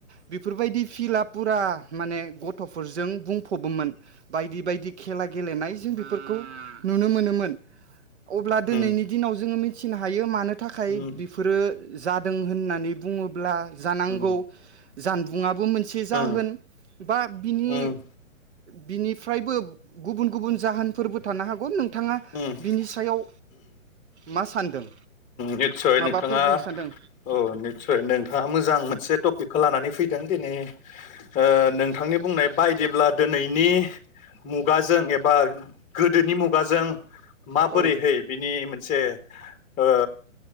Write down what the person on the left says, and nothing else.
उम
उम
उम
उम
उम
उम
निस्सय
नोंथाङा
औ निस्सय नोंथाङा मोजां मोनसे टपिकखौ लानानै फैदों। दिनै ओ नोंथांनि बुंनाय बायदिब्ला दिनैनि मुगाजों एबा गोदोनि मुगाजों माबोरैहै
बिनि मोनसे ओ